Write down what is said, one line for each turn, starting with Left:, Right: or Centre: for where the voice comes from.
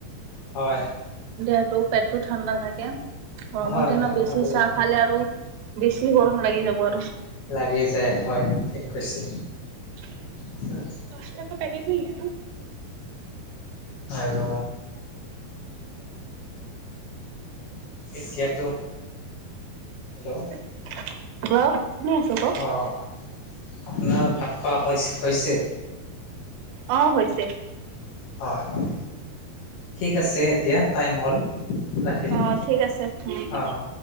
Left: হয়
Right: দেহটো পেটটো ঠাণ্ডা থাকে গৰমৰ
Left: হয়
Right: দিনত
Left: হয়
Right: বেছি
Left: খাব
Right: চাহ
Left: লাগে
Right: খালে আৰু বেছি গৰম লাগি যাব আৰু
Left: লাগি যায় হয় ঠিক কৈছে
Right: <unintelligible>
Left: উম
Right: পাচ টকা পেকেট নে এইটো
Left: আৰু এতিয়াতো হেল্ল'
Right: হেল্ল শুনি আছো কওক
Left: অ আপোনাৰ ভাত খোৱা হৈছ হৈছে
Right: অ হৈছে।
Left: হয় হয় ঠিক আছে এতিয়া টাইম হ'ল ৰাখিলোঁ
Right: অ ঠিক আছে উম
Left: অ অ